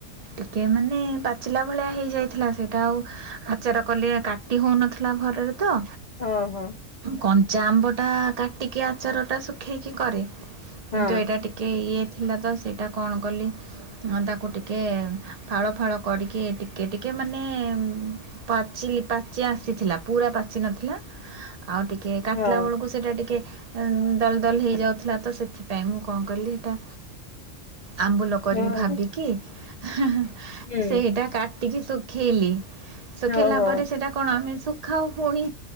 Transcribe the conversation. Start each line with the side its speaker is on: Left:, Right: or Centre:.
Right: ଟିକେ ମାନେ ପାଚିଲା ଭଳିଆ ହେଇଯାଇଥିଲା। ସେଇଟା ଆଉ ଆଚାର କଲେ କାଟି ହଉନଥିଲା, ଭରରେ ତ
Left: ଓହୋ!
Right: କଞ୍ଚା ଆମ୍ବ ଟା କାଟିକି, ଆଚାରଟା ଶୁଖେଇକି କରେ। କିନ୍ତୁ,
Left: ହଁ
Right: ଏଇଟା ଟିକେ ଇଏ ଥିଲା ତ, ସେଇଟା କଣ କଲି? ତାକୁ ଟିକେ ଫାଳ ଫାଳ କରିକି, ଟିକେ ଟିକେ ମାନେଁ ଏମ୍ ପାଚିଲି ପାଚି ଆସିଥିଲା। ପୁରା ପାଚି ନଥିଲା। ଆଉ ଟିକେ କାଟିଲା
Left: ହଁ
Right: ବଳକୁ ସେ ସେଟା ଟିକେ ଦଲ ଦଲ ହେଇଯାଉଥିଲା ତ ସେଥିପାଇଁ, ମୁଁ କଣ କଲିି ହେଟା ଆମ୍ବୁଲ। କରିବି
Left: ହଁ
Right: ଭାବିକି, ହୁଁ ହୁଁ,
Left: ହୁଁ
Right: ସେଇଟା କାଟିକି ଶୁଖେଇଲି। ଶୁଖେଇିଲା
Left: ଓହୋ
Right: ପରେ ସେଟା କଣ ଆମେ ଶୁଖାାଉ, ପୁଣି